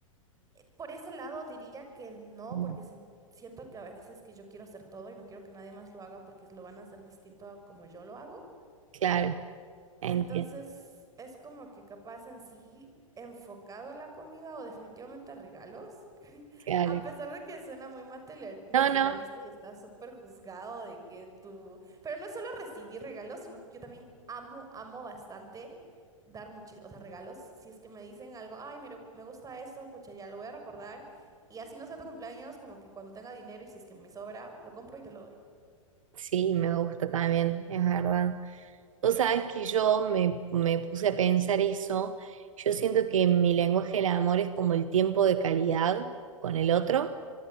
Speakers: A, on the right; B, on the right.
A: Por ese lado diría que no,
B: mm,
A: porque sen- siento que a veces que yo quiero hacer todo y no quiero que nadie más lo haga porque lo van a hacer distinto a como yo lo hago.
B: claro, entiendo,
A: Entonces, es como que capaz en sí enfocado a la comida o definitivamente a regalos, <laughs>
B: claro.
A: a pesar de que suena muy mateler- materialista
B: No, no,
A: y está súper juzgado de que tú... Pero no es solo recibir regalos, sino yo también amo, amo bastante dar muchísimos, o sea, regalos. Si es que me dicen algo, ay, mira, me gusta esto, pues ya lo voy a recordar. Y así no sea tu cumpleaños, como que cuando tenga dinero y si es que me sobra, lo compro y te lo doy.
B: Sí, me gusta también, es verdad. Vos sabés que yo me, me puse a pensar eso. Yo siento que mi lenguaje del amor es como el tiempo de calidad con el otro.